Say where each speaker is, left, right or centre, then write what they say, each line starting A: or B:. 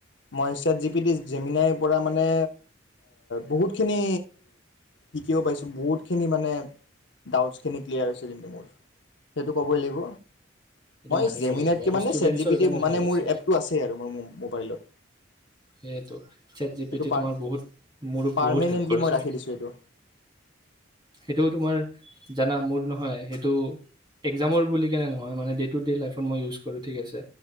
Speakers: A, on the left; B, on the right.
A: মইছাত জি পি ডি জেমিনাইৰ পৰা মানে বহুতখিনি শিকিও পাইছোঁ বহুতখিনি মানে ডাউটছখিনি ক্লিয়াৰ হৈছে কিন্তু মোৰ সেইটো ক'বই লাগিব
B: এইটো
A: মই
B: মানিব
A: জেমিনাৰক
B: লাগিব আৰু
A: মানে
B: ষ্টুডেন্টছৰ
A: আ জি পি
B: কাৰণে
A: টি মানে
B: ভাল হৈছে
A: মোৰ এপটো আছে আৰু মোৰ মোবাইলত
B: সেইটো চট জি পি
A: এইটো
B: টি
A: পাৰ
B: তোমাৰ বহুত মোৰো
A: পাৰমানেণ্টলি
B: বহুত হেল্প কৰিছে
A: মই ৰাখি দিছোঁ এইটো
B: সেইটোও তোমাৰ জানা মোৰ নহয় সেইটো এক্জামৰ বুলি কেনে নহয় মানে লাইফত মই ইউজ কৰো ঠিক আছে